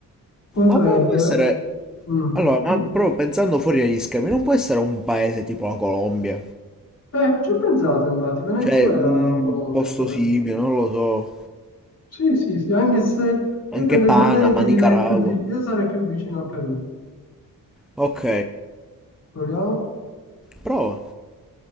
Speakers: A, on the left; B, in the centre.
A: Potrebbe...
B: Ma poi può essere...
A: mm,
B: Allora, ma
A: sì.
B: proprio pensando fuori agli schemi, non può essere un paese tipo la Colombia?
A: Eh, ci ho pensato infatti, Venezuela
B: Cioè, un
A: o Colombia,
B: posto
A: sta per-
B: simile, non lo so.
A: Sì, sì, sì, anche se io
B: Anche
A: tendenzialmente
B: Panama,
A: ti direi
B: Nicaragua.
A: più... vi- Io sarei più vicino al Perù.
B: Ok,
A: Proviamo?
B: prova.